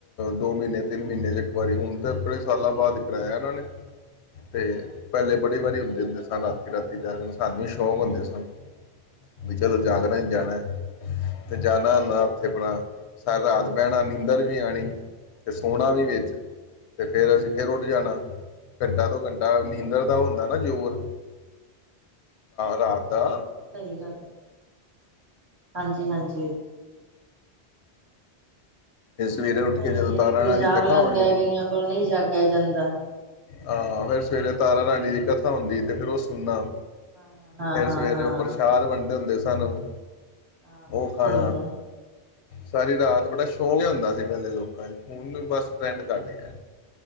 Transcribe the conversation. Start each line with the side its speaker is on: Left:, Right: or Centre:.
Left: ਦੋ ਮਹੀਨੇ ਤਿੰਨ ਮਹੀਨੇ ' ਇੱਕ ਵਾਰੀ ਹੁਣ ਤਾਂ ਬੜੇ ਸਾਲਾਂ ਬਾਅਦ ਕਰਾਇਆ ਇਹਨਾਂ ਨੇ ਤੇ, ਪਹਿਲੇ ਬੜੀ ਵਾਰੀ ਹੁੰਦੇ, ਹੁੰਦੇ ਸਨ ਰਾਤੀ, ਰਾਤੀ ਜਾਗਰਣ ਸਾਨੂੰ ਵੀ ਸ਼ੌਕ ਹੁੰਦੇ ਸਨ। ਬਈ ਚਲੋ ਜਾਗਰਣ ਜਾਣਾ। ਤੇ ਜਾਣਾ ਹੁੰਦਾ ਉੱਥੇ ਆਪਣਾ ਸਾਰੀ ਰਾਤ ਬਹਿਣਾ ਨੀਂਦਰ ਵੀ ਆਉਣੀ। ਤੇ ਸੋਨਾ ਵੀ ਵਿੱਚ ਤੇ ਫਿਰ ਅਸੀਂ ਫਿਰ ਉੱਠ ਜਾਣਾ। ਘੰਟਾ ਦੋ ਘੰਟਾ ਨੀਂਦਰ ਦਾ ਹੁੰਦਾ ਨਾ ਜ਼ੋਰ ਰਾਤ ਦਾ
Right: ਸਹੀ ਗੱਲ ਹੈ। ਹਾਂਜੀ, ਹਾਂਜੀ
Left: ਫਿਰ ਸਵੇਰੇ ਉੱਠ
Right: ਸਹੀ
Left: ਕੇ ਜਦੋਂ ਤਾਰਾ
Right: ਹੈ ਕੋਈ
Left: ਰਾਣੀ
Right: ਜਾਗ
Left: ਦੀ ਕਥਾ
Right: ਲੈਂਦਾ
Left: ਹੋਣੀ
Right: ਕਈਆਂ ਕੋਲ ਨਹੀਂ ਜਾਗਿਆ ਜਾਂਦਾ <unintelligible>
Left: ਹਾਂ ਫਿਰ ਸਵੇਰੇ ਤਾਰਾ ਰਾਣੀ ਦੀ ਕਥਾ ਹੁੰਦੀ ਤੇ ਫਿਰ ਉਹ ਸੁਣਨਾ
Right: ਹਾਂ ਹਾਂ
Left: ਫਿਰ ਸਵੇਰੇ
Right: ਹਾਂ ਹਾਂ
Left: ਉ ਪ੍ਰਸ਼ਾਦ ਵੰਡ ਦੇ ਹੁੰਦੇ ਸੀ ਸੰਨ ਓਹ
Right: ਆਹੋ
Left: ਉਹ ਖਾਣਾ
Right: ਸਹੀ ਗੱਲ
Left: ਸਾਰੀ ਰਾਤ ਬੜਾ ਸ਼ੋਂਕ ਹੁੰਦਾ ਸੀ ਪਹਿਲੇ ਲੋਕਾਂ ਚ ਹੁਣ
Right: ਹੋਰ
Left: ਬਸ
Right: ਸੁਣਾਓ
Left: ਟਰੈਂਡ ਘੱਟ ਗਿਆ